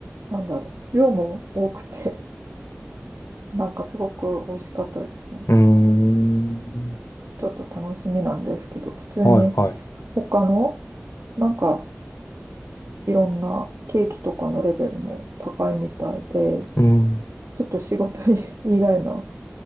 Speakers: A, on the right (about 70°); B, on the left (about 85°).
A: なんだろう、量も多くて、<laughs> なんかすごく美味しかったですね。
B: うーん。
A: ちょっと楽しみなんですけど、普通に
B: はいはい。
A: 他の、なんかいろんなケーキとかのレベルも高いみたいで、
B: うん。
A: ちょっと仕事以以外の